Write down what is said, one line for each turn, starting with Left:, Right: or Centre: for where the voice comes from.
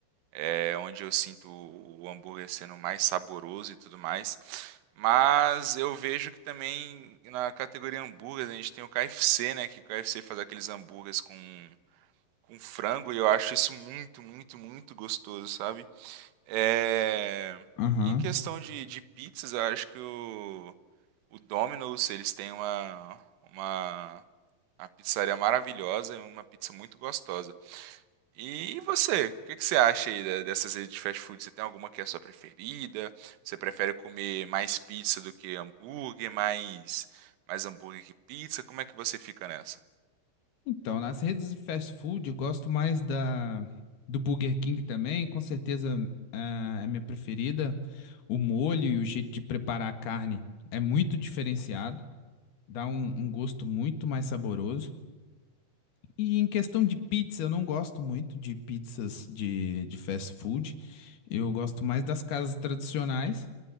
Right: é onde eu sinto o hambúrguer sendo mais saboroso e tudo mais. Mas eu vejo que também na categoria hambúrguer a gente tem o KFC, né? Que o KFC faz aqueles hambúrgueres com, com frango e eu acho isso muito, muito, muito gostoso, sabe? É...
Left: Aham.
Right: e Em questão de, de pizzas, eu acho que o, o Domino's, eles têm uma, uma, uma pizzaria maravilhosa, e uma pizza muito gostosa. E você? O que que você acha aí da- dessas redes de fast food? Você tem alguma que é a sua preferida? Você prefere comer mais pizza do que hambúrguer? Mais, mais hambúrguer que pizza? Como é que você fica nessa?
Left: Então, nas redes de fast food, eu gosto mais da do Burger King também, com certeza ah, é minha preferida. O molho e o jeito de preparar a carne é muito diferenciado, dá um, um gosto muito mais saboroso. E em questão de pizza, eu não gosto muito de pizzas de, de fast food. Eu gosto mais das casas tradicionais,